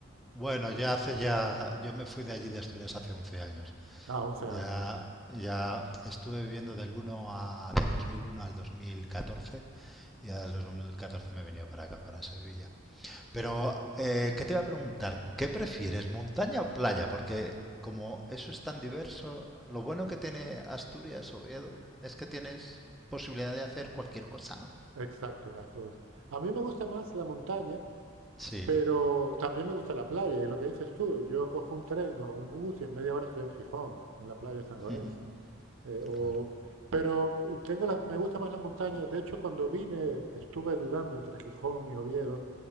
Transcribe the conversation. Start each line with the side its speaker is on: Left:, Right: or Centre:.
Centre: Bueno, yo hace ya, yo me fui de allí de Asturias hace 11 años.
Right: Ah, 11 años.
Centre: Ya, ya estuve viviendo del 1 a, del 2001 al dos mil catorce y ya desde el 2014 me he venido para acá, para Sevilla. Pero,
Right: Ah.
Centre: eh, ¿qué te iba a preguntar? ¿Qué prefieres, montaña o playa? Porque como eso es tan diverso, lo bueno que tiene Asturias, Oviedo, es que tienes posibilidad de hacer cualquier cosa, ¿no?
Right: Exacto, las dos. A mí me gusta más la montaña,
Centre: Sí,
Right: pero
Centre: ¿no?
Right: también me gusta la playa. Y lo que dices tú, yo cojo un tren o un bus y en media hora estoy en Gijón, en la playa de San Lorenzo.
Centre: Ujú,
Right: Eh, o-
Centre: Claro.
Right: pero eh, tengo la- me gusta más la montaña. De hecho, cuando vine estuve dudando entre Gijón y Oviedo,